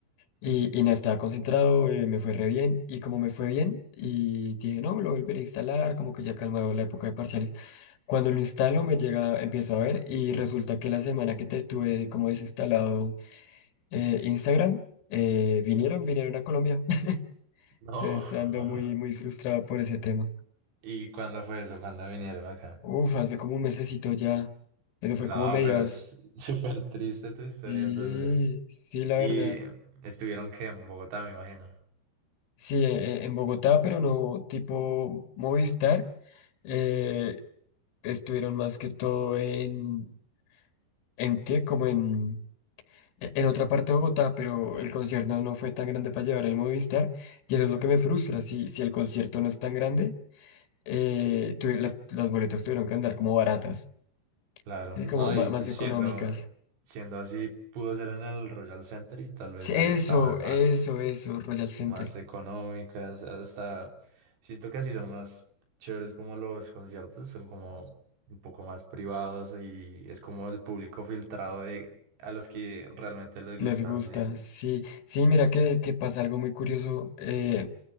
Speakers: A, on the left; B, on the right.
A: Y, y nada, estaba concentrado, eh, me fue re bien. Y como me fue bien, y dije, no, me lo volveré a instalar, como que ya calmado la época de parciales. Cuando lo instalo, me llega, empiezo a ver, y resulta que la semana que te tuve como desinstalado eh, Instagram, eh, vinieron, vinieron a Colombia. <laughs>
B: No.
A: Entonces
B: <laughs>
A: ando muy, muy frustrado por ese tema.
B: ¿Y cuándo fue eso? ¿Cuándo vinieron acá?
A: Uf, hace como un mesecito ya. Eso fue
B: No,
A: como a mediados.
B: pero es <laughs> súper triste tu historia,
A: Sí,
B: entonces.
A: sí, la
B: Y
A: verdad.
B: eh, estuvieron que en Bogotá, me imagino.
A: Sí, e- e- en Bogotá, pero no tipo Movistar. eh, estuvieron más que todo en... ¿En qué? Como en... e- En otra parte de Bogotá, pero el concierto no fue tan grande para llevar el Movistar. Y eso es lo que me frustra. Si, si el concierto no es tan grande. eh, tuve- las, las boletas tuvieron que andar como baratas,
B: Claro,
A: ¿sí? Como
B: no,
A: ma-
B: y pues
A: más, económicas.
B: siendo, siendo así, pudo ser en el Royal Center y tal vez
A: Sí,
B: pues
A: Eso,
B: estaban más,
A: eso, eso, Royal Center.
B: más económicas, hasta siento que así son más chéveres como los conciertos, son como un poco más privados y es como el público filtrado de a los que realmente les gustan,
A: Les gusta,
B: sí.
A: sí, sí, mira que, que pasa algo muy curioso. eh,